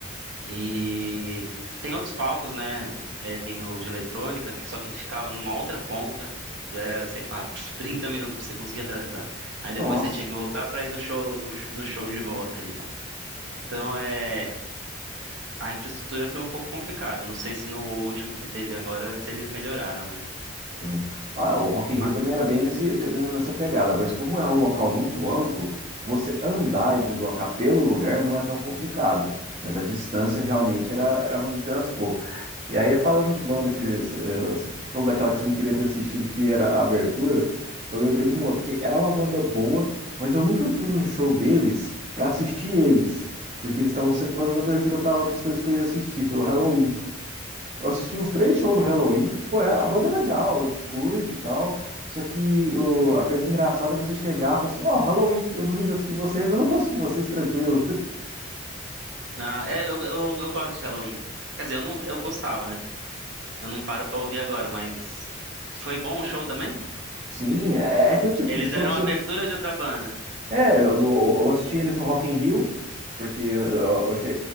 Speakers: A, on the right; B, on the right.
A: E tem outros palcos, né? É, tem o de eletrônica, que só que ficava numa outra ponta. Era, sei lá, <laughs> <tsk> 30 minutos pra você conseguir atravessar. Aí
B: Nossa.
A: depois você tinha que voltar pra ir no show, o sh- no show de volta ali. Então, é, a infraestrutura foi um pouco complicada. Não sei se no último que teve agora, se eles melhoraram, né?
B: Hum. Ah, o Rock in
A: Mas,
B: Rio também era bem nesse, nessa pegada, mas como é um local muito amplo, você andar e deslocar pelo lugar não é tão complicado, mas a distância realmente era, era ruim de transpor. E aí, falando de banda, que eh, você falou daquela que você não queria ter assistido, porque era a abertura, eu lembrei de uma outra, que era uma banda boa, mas eu nunca fui num show deles para assistir eles, porque eles estavam sempre fazendo abertura para outras coisas que eu ia assistir, foi o Halloween. Eu assisti uns três shows do Halloween. Pô, é- a banda é legal, a gente curte e tal. Só que o- a coisa engraçada é você chegar e falar assim: Ó, Halloween, eu não vim pra assistir vocês, mas eu não vou assistir vocês tranquilo. <laughs>
A: na, é, eu, eu, eu gosto de Halloween. Quer dizer, eu, não, eu gostava, né? Eu não paro pra ouvir agora, mas. Foi bom o show também?
B: Sim, é, é aquele tipo
A: Eles
B: de show
A: deram
B: que você.
A: a abertura de outra banda.
B: É, eu, eu assisti eles no Rock in Rio, porque eu, eu che-